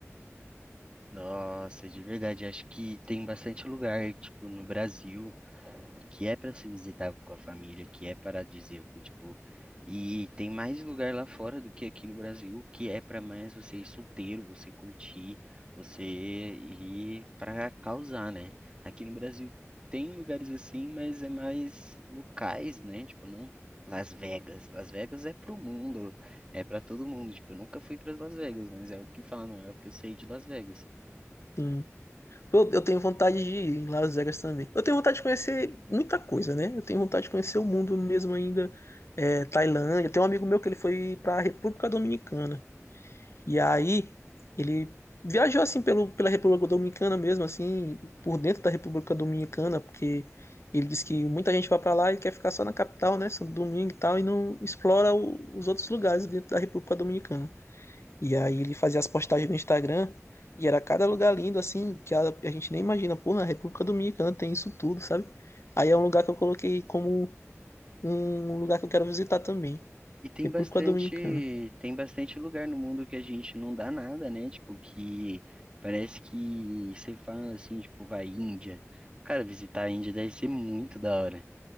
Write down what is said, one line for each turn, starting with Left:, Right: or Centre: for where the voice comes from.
Right: Nossa, de verdade, acho que tem bastante lugar, tipo, no Brasil, que é para se visitar com a família, que é paradisíaco, tipo, e tem mais lugar lá fora do que aqui no Brasil, que é para mais você ir solteiro, você curtir, você ir para causar, né? Aqui no Brasil tem lugares assim, mas é mais locais, né? Tipo, não Las Vegas. Las Vegas é pro mundo, é para todo mundo. Tipo, eu nunca fui para Las Vegas, mas é o que falam, é o que eu sei de Las Vegas.
Left: Sim. Eu, eu tenho vontade de ir em Las Vegas também. Eu tenho vontade de conhecer muita coisa, né? Eu tenho vontade de conhecer o mundo mesmo ainda, é, Tailândia. Tem um amigo meu que ele foi para a República Dominicana. E aí ele viajou assim pelo, pela República Dominicana mesmo, assim, por dentro da República Dominicana, porque ele disse que muita gente vai para lá e quer ficar só na capital, né, Santo Domingo e tal, e não explora o- os outros lugares dentro da República Dominicana. E aí ele fazia as postagens no Instagram e era cada lugar lindo, assim, que a, a gente nem imagina, pô, na República Dominicana tem isso tudo, sabe? Aí é um lugar que eu coloquei como um um lugar que eu quero visitar também,
Right: E tem
Left: República
Right: bastante,
Left: Dominicana.
Right: tem bastante lugar no mundo que a gente não dá nada, né? Tipo, que parece que você fala assim, tipo, vai Índia. Cara, visitar a Índia deve ser muito da hora.